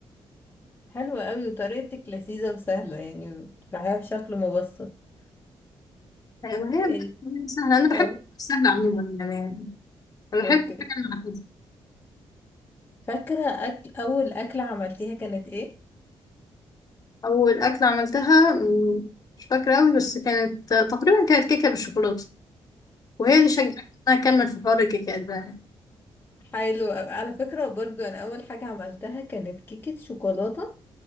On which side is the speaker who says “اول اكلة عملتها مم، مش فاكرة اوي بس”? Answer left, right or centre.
Left